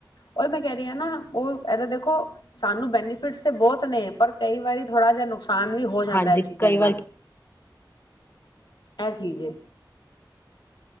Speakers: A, on the left (about 75°); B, on the left (about 30°).
A: ਉਹ ਮੈਂ ਕਹਿ ਰਹੀ ਹਾਂ ਨਾ, ਉਹ ਇਹਦਾ ਦੇਖੋ ਸਾਨੂੰ ਬੈਨੀਫਿਟਸ ਤੇ ਬਹੁਤ ਨੇ ਪਰ ਕਈ ਵਾਰੀ ਥੋੜਾ ਜਿਹਾ ਨੁਕਸਾਨ ਨੁਕਸਾਨ ਵੀ ਹੋ ਜਾਂਦਾ
B: ਹਾਂਜੀ
A: ਇਹ ਚੀਜ਼ਾਂ
B: ਕਈ
A: ਨਾਲ
B: ਵਾਰ
A: ਇਹ ਚੀਜ਼ ਹੈ।